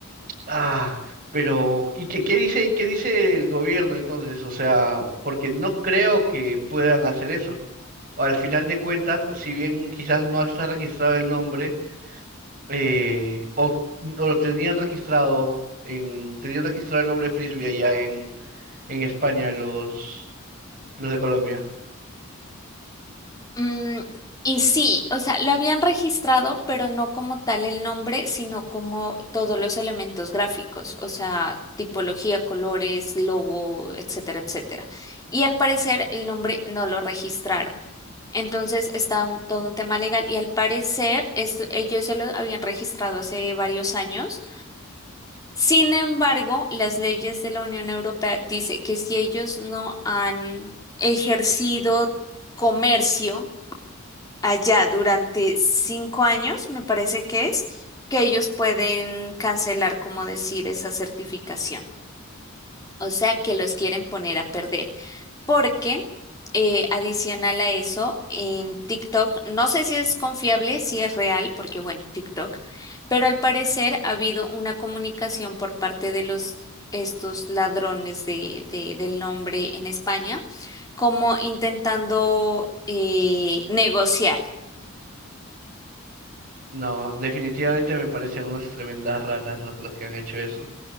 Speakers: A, on the right; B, on the left.
A: ah, pero ¿y qué, qué dice, qué dice el gobierno entonces? O sea, porque no creo que puedan hacer eso. Al final de cuentas, si bien quizás no está registrado el nombre, eh, o, o lo tenían registrado en, tenían registrado el nombre de Frisbee allá en en España los, los de Colombia.
B: Mm, y sí, o sea, lo habían registrado, pero no como tal el nombre, sino como todos los elementos gráficos, o sea, tipología, colores, logo, etcétera, etcétera. Y al parecer el nombre no lo registraron. Entonces está un- todo un tema legal y al parecer esto- ellos ya lo habían registrado hace varios años. Sin embargo, las leyes de la Unión Europea dice que si ellos no han ejercido comercio, allá durante cinco años, me parece que es, que ellos pueden cancelar, como decir, esa certificación. O sea, que los quieren poner a perder. Porque, eh, adicional a eso, en TikTok, no sé si es confiable, si es real, porque bueno, TikTok, pero al parecer ha habido una comunicación por parte de los... estos ladrones de, de- del nombre en España, como intentando eh, negociar.
A: No, definitivamente me parecen unas tremendas ratas los, los que han hecho eso.